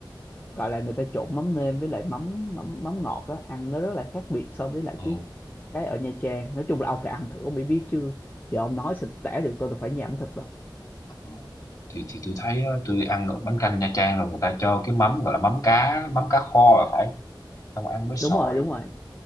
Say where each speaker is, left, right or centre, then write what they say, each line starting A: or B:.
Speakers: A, on the left (about 25°); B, on the left (about 45°).
A: gọi là người ta trộn mắm nêm với lại mắm mắm mắm ngọt á ăn nó rất là khác biệt so với lại
B: ừ.
A: cái cái ở Nha Trang nói chung là ông phải ăn thử ông mới biết chứ giờ ông nói sao tôi tả được tôi đâu phải nhà ẩm thực đâu
B: Ờ, thì thì tôi thấy á, tôi ăn ở bánh canh Nha Trang rồi người ta cho cái mắm gọi là mắm cá mắm cá kho là phải xong ăn với xồi
A: đúng rồi đúng rồi